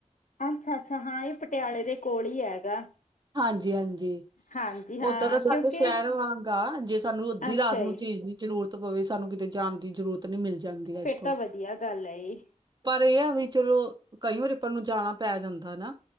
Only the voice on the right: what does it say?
ਹਾਂਜੀ ਹਾਂਜੀ
ਓਦਾਂ ਤਾਂ ਸਾਡੇ
ਸ਼ਹਿਰ ਵਾਂਗ ਆ ਜੇ ਸਾਨੂੰ ਅੱਧੀ
ਰਾਤ ਨੂੰ
ਚੀਜ਼ ਦੀ ਜ਼ਰੂਰਤ ਪਵੇ ਸਾਨੂੰ ਕਿਤੇ ਜਾਨ ਦੀ ਜਰੂਰਤ ਨੀ ਮਿਲ ਜਾਂਦੀ ਏ
ਏਥੋਂ
ਪਰ ਇਹ ਆ ਵੀ ਚਲੋ ਕਈ ਵਾਰੀ ਅਪਾਂ ਨੂੰ ਜਾਣਾ ਪੈ ਜਾਂਦਾ ਨਾ